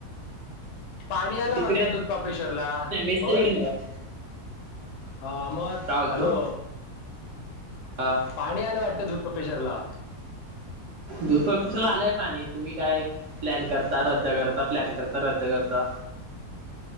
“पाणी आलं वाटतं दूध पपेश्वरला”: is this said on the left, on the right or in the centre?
Left